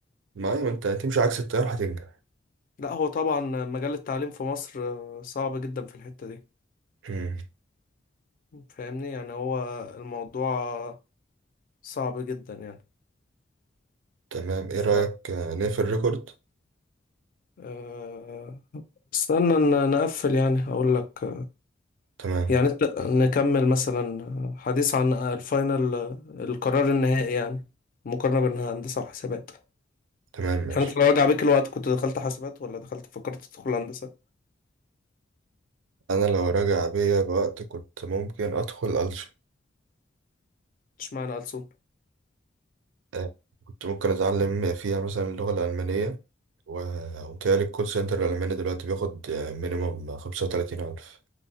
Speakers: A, on the right (about 75°); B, on the left (about 45°).
A: ما ايوه انت هتمشي عكس التيار هتنجح
B: لا هو طبعا مجال التعليم في مصر آه، صعب جدا في الحتة دي
A: مم.
B: فاهمني يعني هو الموضوع صعب جدا يعني
A: تمام ايه
B: ف
A: رأيك آه، نقفل الريكورد
B: آه، استنى ن- نقفل يعني هقول لك
A: تمام
B: يعني انت نكمل مثلا حديث عن الفاينل القرار النهائي يعني المقارنة بين هندسة وحسابات
A: تمام ماشي
B: يعني انت لو رجع بيك الوقت كنت دخلت حسابات ولا دخلت فكرت تدخل هندسة
A: انا لو راجع بيا الوقت كنت ممكن ادخل ألسن
B: اشمعنى ألسن
A: آه، كنت ممكن اتعلم فيها مثلا اللغة الألمانية و... وتهيألي الكول سنتر الألماني دلوقتي بياخد آه، مينيموم خمسة وتلاتين ألف